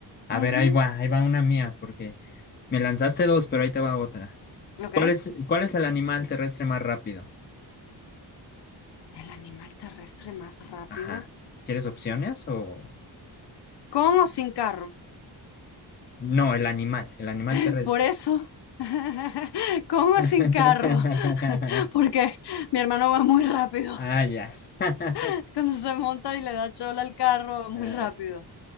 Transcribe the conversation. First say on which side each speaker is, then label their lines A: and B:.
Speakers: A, on the left; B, on the left.
A: A
B: Ujú,
A: ver, ahí va, ahí va una mía, porque me lanzaste dos, pero ahí te va otra.
B: Ok.
A: ¿Cuál es, cuál es el animal terrestre más rápido?
B: El animal terrestre más rápido,
A: Ajá. ¿Quieres opciones o...?
B: con o sin carro.
A: No, el animal, el animal
B: <laughs>
A: terrestre.
B: Por eso, <laughs> con o
A: <laughs>
B: sin carro, <laughs> porque mi hermano va muy rápido.
A: Ah, ya. <laughs>
B: <laughs> cuando se monta y le da chola al carro, va muy
A: Eh,
B: rápido.